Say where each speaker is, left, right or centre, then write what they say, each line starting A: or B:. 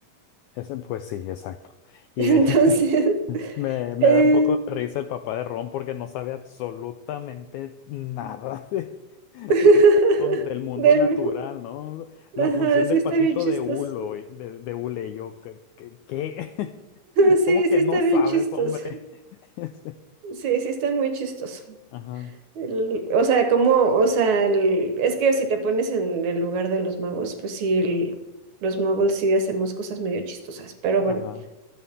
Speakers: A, on the left; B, on the right.
A: Ese, pues sí, exacto.
B: <laughs>
A: Y
B: Entonces,
A: de, <laughs> me,
B: <laughs>
A: me
B: eh,
A: da un poco de risa el papá de Ron porque no sabe absolutamente nada <laughs> de-
B: <laughs>
A: del mundo, del mundo
B: del-
A: natural, ¿no? La
B: ajá,
A: función
B: sí
A: del
B: está
A: patito
B: bien chistoso.
A: de Hulo,
B: <laughs>
A: y- de, de Hule, y yo, ¿qué? qué- qué? <laughs>
B: Sí,
A: ¿Cómo que
B: sí está
A: no sabes,
B: bien chistoso.
A: hombre? <laughs>
B: Sí, sí está muy chistoso.
A: Ajá,
B: El- o sea, como, o sea, el- es que si te pones en el lugar de los magos, pues sí, el- los magos sí hacemos cosas medio chistosas, pero bueno,
A: ajá,